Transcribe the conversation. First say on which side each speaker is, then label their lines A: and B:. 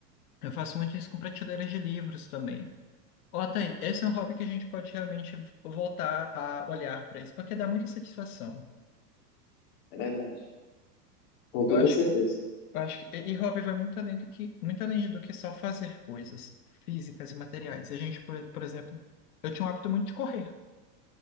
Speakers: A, on the left (about 60°); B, on the left (about 35°).
A: Eu faço muito isso com prateleiras de livros também. Ó, tá aí, esse é um hobby que a gente pode realmente voltar a olhar para isso, porque dá muita satisfação.
B: é verdade. Com
A: Eu
B: toda
A: acho
B: certeza.
A: que Eu acho que, e e hobby vai muito além do que, muito além do que só fazer coisas físicas e materiais. A gente, por, por exemplo, eu tinha um hábito muito de correr